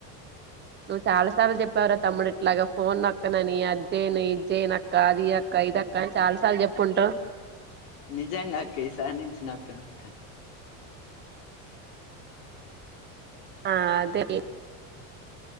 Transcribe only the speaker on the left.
నిజంగా అక్క ఈసారి నుంచి నొక్కనక్క